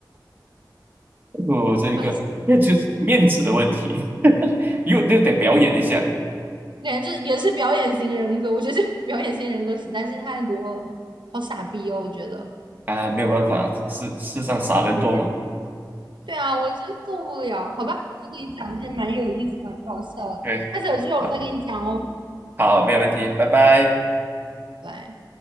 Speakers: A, on the right; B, on the right.
A: 我这个那就是面子的问题，
B: 蛮神
A: <laughs> 又又得表演一下
B: 感觉就也是表演型人格，我觉得这表演型人格实在是太多了，好傻逼哦，我觉得。
A: 啊，没有办法，世世上傻人多嘛。
B: 对对啊，我真受不了，好吧，再给你讲这些蛮有意思、蛮搞笑的。
A: 对，
B: 下次有机会我再给你讲哦，
A: 那好，没有问题，拜拜。
B: 拜拜。